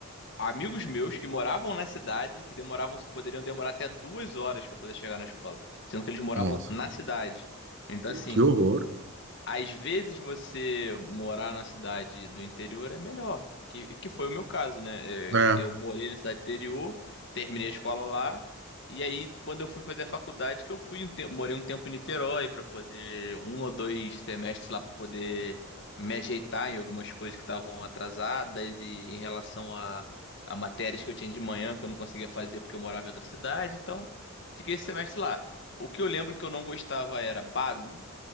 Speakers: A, on the left; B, on the right.
A: amigos meus que moravam na cidade, que demoravam, poderiam demorar até duas horas para poder chegar na escola, sendo que eles moravam
B: Nossa,
A: na cidade. Então, assim,
B: que horror.
A: às vezes você morar na cidade do interior é melhor, que, que foi o meu caso, né?
B: É.
A: É, Eu morei na cidade interior, terminei a escola lá, e aí quando eu fui fazer a faculdade, que eu fui um tempo, morei um tempo em Niterói para poder um ou dois semestres lá para poder me ajeitar em algumas coisas que estavam atrasadas e em relação a, a matérias que eu tinha de manhã que eu não conseguia fazer porque eu morava em outra cidade, então fiquei esse semestre lá. O que eu lembro que eu não gostava era barulho